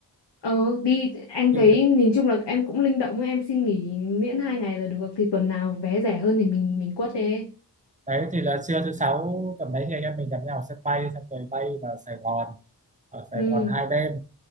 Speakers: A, on the left (about 80°); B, on the right (about 20°).
A: ờ đi anh
B: thì
A: thấy nhìn chung là em cũng linh động ấy, em xin nghỉ miễn hai ngày là được thì tuần nào vé rẻ hơn thì mình mình quất đi
B: đấy thì là trưa thứ sáu tầm đấy thì anh em mình gặp nhau ở sân bay xong rồi bay vào Sài Gòn ở Sài
A: ừ
B: Gòn hai đêm